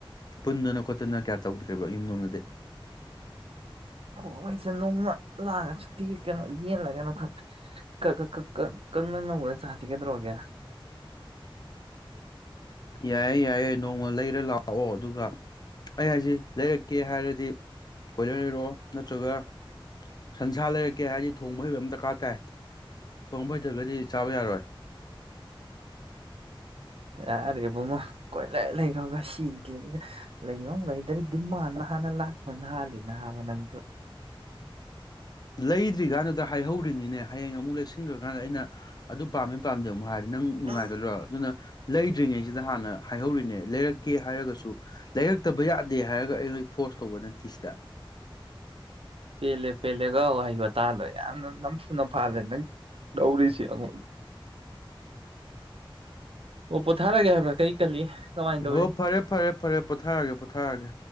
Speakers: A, on the left; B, on the right.
A: ꯄꯨꯟꯗꯅ ꯈꯣꯠꯇꯅ ꯀꯌꯥ ꯇꯧꯗ꯭ꯔꯦꯕ ꯌꯨꯝ ꯌꯣꯝꯗꯗꯤ
B: ꯍꯣꯏ ꯑꯩꯁꯦ ꯅꯣꯡꯃ ꯂꯥꯛꯒ ꯈꯛꯇꯤ ꯀꯩꯅꯣ ꯌꯦꯜꯂꯒꯅꯣ ꯈꯛ ꯀꯪꯅ ꯉꯧꯅ ꯆꯥꯁꯤ ꯒꯗ꯭ꯔꯣꯒꯦ
A: ꯌꯥꯏꯌꯦ ꯌꯥꯏꯌꯦ ꯅꯣꯡꯃ ꯂꯩꯔ ꯂꯥꯛꯑꯣ ꯑꯗꯨꯒ ꯑꯩ ꯍꯥꯏꯁꯤ ꯂꯩꯔꯛꯀꯦ ꯍꯥꯏꯔꯗꯤ ꯀꯣꯏꯂꯔ ꯂꯩꯔꯛꯑꯣ ꯅꯠꯇ꯭ꯔꯒ ꯁꯟꯁꯥ ꯂꯩꯔꯛꯀꯦ ꯍꯥꯏꯔꯗꯤ ꯊꯣꯡꯕ ꯍꯩꯕ ꯑꯃ ꯗꯔꯀꯥꯔ ꯇꯥꯏ ꯊꯣꯡꯕ ꯍꯩꯇ꯭ꯔꯒꯗꯤ ꯆꯥꯕ ꯌꯥꯔꯣꯏ
B: ꯌꯥꯔꯦ ꯏꯕꯨꯡꯉꯣ ꯀꯣꯏꯂ ꯂꯩꯈ꯭ꯔꯣꯒ ꯁꯤꯗ ꯂꯩꯕ ꯂꯩꯗ꯭ꯔ ꯗꯤꯃꯥꯟ ꯍꯥꯟꯅ ꯂꯥꯛꯄ ꯅ ꯍꯥꯜꯂꯤ ꯅꯕ ꯅꯪꯁꯨ
A: ꯂꯩꯗ꯭ꯔꯤꯀꯥꯟꯅꯗ ꯍꯥꯏꯍꯧꯔꯤꯅꯤ ꯅꯅꯦ ꯍꯌꯦꯡ ꯑꯃꯨꯛ ꯂꯩꯁꯤꯟꯈ꯭ꯔꯦ ꯍꯥꯏꯥꯟꯗ ꯑꯩꯅ ꯑꯗꯨ ꯄꯥꯝꯃꯦ ꯄꯥꯝꯗꯦ ꯑꯃꯨꯛ ꯍꯥꯏꯔꯤ ꯅꯪ ꯅꯨꯡꯉꯥꯏꯒꯗ꯭ꯔꯣ
B: ꯎꯝ
A: ꯑꯗꯨꯅ ꯂꯩꯗ꯭ꯔꯤꯉꯩꯁꯤ ꯁꯤꯗ ꯍꯥꯟꯅ ꯍꯥꯏꯍꯧꯔꯤꯅꯦ ꯂꯩꯔꯛꯀꯦ ꯍꯥꯏꯔꯒꯁꯨ ꯇ <inaudible> ꯐꯠꯇꯕ ꯌꯥꯗꯦ ꯍꯥꯏꯔꯒ ꯑꯩꯉꯣꯏ ꯐꯣꯔꯁ ꯑꯇꯧꯕ ꯅꯠꯇꯦ ꯁꯤꯗ
B: ꯄꯦꯜꯂꯦ ꯄꯦꯜꯂꯦꯒ ꯋꯥꯍꯩ ꯋꯥꯇꯥꯗꯣ ꯌꯥꯝꯅ ꯅꯝꯐꯨ ꯅꯐꯥꯗ꯭ꯔꯦ ꯅꯪ ꯂꯧꯔꯤꯁꯤ ꯑꯩꯉꯣꯟꯗ ꯑꯣ ꯄꯣꯊꯥꯔꯒꯦ ꯍꯥꯏꯕꯥ ꯀꯔꯤ ꯀꯜꯂꯤ ꯀꯃꯥꯏꯅ ꯇꯧꯔꯤ
A: ꯍꯣ ꯐꯔꯦ ꯐꯔꯦ ꯐꯔꯦ ꯄꯣꯊꯥꯔꯒꯦ ꯄꯣꯊꯥꯔꯒꯦ